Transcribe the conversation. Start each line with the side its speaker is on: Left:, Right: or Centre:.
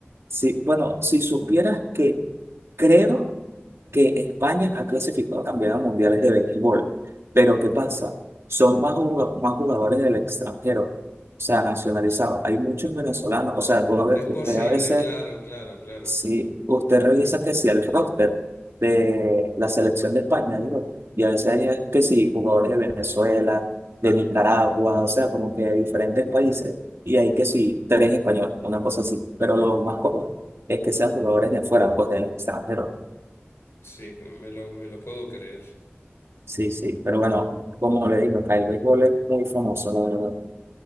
Right: Sí, bueno, si supieras que creo que España ha clasificado también a mundiales de béisbol, pero ¿qué pasa? Son más, juga- más jugadores del extranjero, o sea, nacionalizados. Hay muchos venezolanos, o sea, tú a ve-
Left: Es posible,
Right: usted a veces
Left: claro, claro, claro.
Right: Sí, usted revisa que si el roster de la selección de España, digo, y a veces hay eh, que sí, jugadores de Venezuela, de Nicaragua, o sea, como que de diferentes países, y hay que sí, tres españoles, una cosa así, pero lo más común es que sean jugadores de afuera, pues del extranjero.
Left: Sí, pues me lo, me lo puedo creer.
Right: Sí, sí, pero bueno,
Left: Mm,
Right: como le digo, acá el béisbol es muy famoso, la verdad.